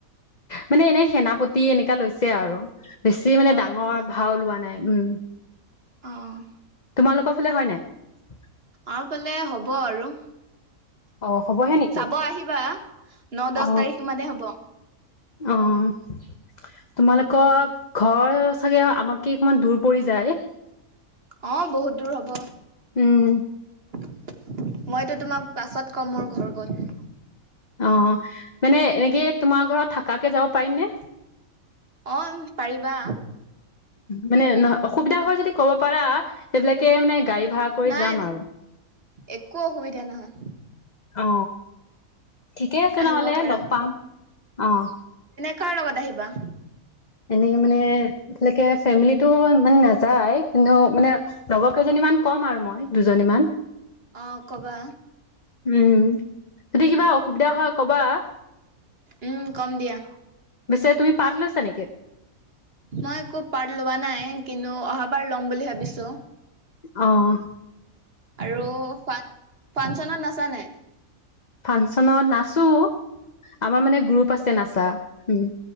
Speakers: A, on the left (about 35°); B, on the right (about 45°).
A: মানে এনে সেনাপতি এনেকা লৈছে আৰু। বেছি মানে
B: অ
A: ডাঙৰ
B: আচ্ছা
A: ভাও লোৱা নাই উম।
B: অ'।
A: তোমালোকৰ ফালে হয় নাই।
B: আমাৰফালে হ'ব আৰু।
A: অ হ'বহে নেকি
B: চাব আহিবা ন দহ
A: অ
B: তাৰিখ মানে হ'ব।
A: অ'। তোমালোকৰ ঘৰ চাগে আমাকে অকমান দূৰ পৰি যায়।
B: অ', বহুত দূৰ হব।
A: উম,
B: মইতো তোমাক বাছত ক'ম মোৰ ঘৰ ক'ত।
A: অ', মানে এনেকে তোমাৰ ঘৰত থাকাকে যাব পাৰিম নে।
B: অ' পাৰিবা।
A: মানে নহ অসুবিধা হয় যদি ক'ব পাৰা সবিলাকে মানে গাড়ী ভাড়া কৰি
B: নাই
A: যাম আৰু।
B: একো অসুবিধা নহয়।
A: অ, ঠিকেই আছে
B: আহিব
A: নহ'লে
B: পাৰা
A: লগ পাম অ।
B: কাৰ লগত আহিবা?
A: এনেকে মানে এতিয়ালৈকে ফেমিলিটো মানে নাযায় কিন্তু মানে লগৰ কেইজনী মান ক'ম আৰু মই দুজনী মান
B: অ কবা।
A: উম, যদি কিবা অসুবিধা হয় কবা।
B: উম কম দিয়া।
A: পিছে তুমি পাত লৈছা নেকি?
B: মই একো পাৰ্ট লোৱা নাই কিন্তু অহাবাৰ ল'ম বুলি ভাবিছোঁ।
A: অ',
B: আৰু ফাংচনত নাচানে?
A: ফাংচনত নাচো। আমাৰ মানে গ্ৰুপ আছে নাচা উম